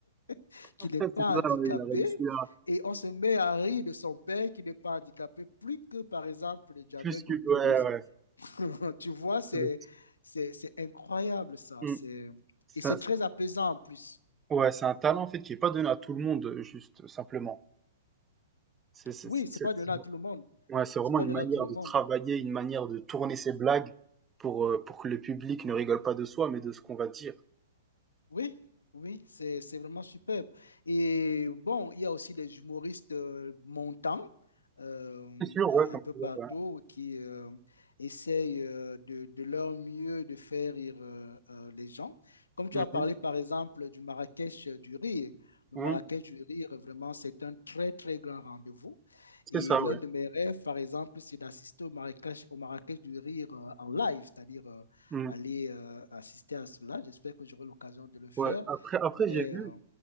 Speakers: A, on the left (about 75°); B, on the right (about 15°).
A: <laughs> qui
B: <laughs>
A: n'est
B: C'est
A: pas
B: ça,
A: handicapé.
B: ouais, il a réussi à
A: Et on se met à rire de son père qui n'est pas handicapé, plus que par exemple de Jamel
B: plus que.
A: Debbouze
B: Ouais,
A: <laughs> Tu vois, c'est,
B: ouais.
A: c'est, c'est incroyable ça.
B: Mm.
A: C'est,
B: Ça-
A: et c'est très apaisant en plus.
B: ouais, c'est un talent en fait qui est pas donné à tout le monde, euh, juste euh, simplement. C'est c'est-
A: Oui,
B: c'est-
A: c'est
B: c'est-
A: pas donné
B: c'est-
A: à tout le monde.
B: ouais, c'est vraiment
A: C'est pas
B: une
A: donné
B: manière
A: à tout le
B: de
A: monde.
B: travailler, une manière de tourner ses blagues pour, euh, pour que le public ne rigole pas de soi, mais de ce qu'on va dire.
A: Oui, oui, c'est, c'est vraiment superbe. Et bon, il y a aussi des humoristes euh, montants euh,
B: C'est sûr,
A: euh,
B: ouais, comme
A: un peu
B: tu
A: partout
B: dis, ouais.
A: qui euh, essayent euh, de, de leur mieux de faire rire euh, euh, les gens. Comme tu
B: Mmh
A: as parlé
B: mh.
A: par exemple du Marrakech euh, du rire. Le
B: Mmh.
A: Marrakech du rire, vraiment, c'est un très, très grand rendez-vous.
B: C'est
A: Et
B: ça,
A: l'un
B: ouais.
A: de mes rêves, par exemple, c'est d'assister au Marrakech, au Marrakech du rire euh, en live, c'est-à-dire euh,
B: Mmh.
A: aller euh, assister à cela. J'espère que j'aurai l'occasion de le faire.
B: Ouais, après après
A: Mais
B: j'ai vu
A: euh,